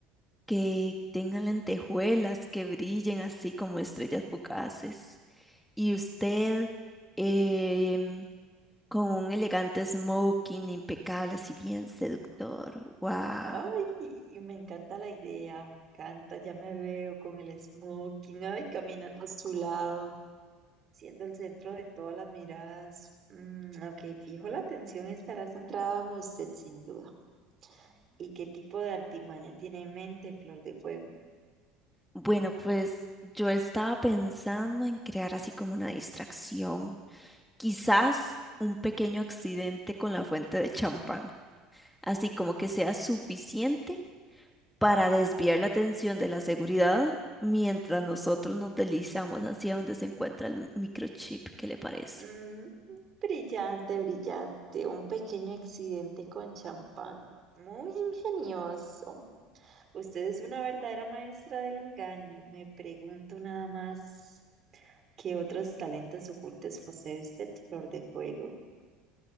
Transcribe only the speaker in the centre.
que tenga lentejuelas que brillen así como estrellas fugaces. Y usted, em, con un elegante smoking impecable, así bien seductor. Wow.
Bueno, pues yo estaba pensando en crear así como una distracción, quizás un pequeño accidente con la fuente de champán, así como que sea suficiente para desviar la atención de la seguridad mientras nosotros nos deslizamos hacia donde se encuentra el microchip. ¿Qué le parece?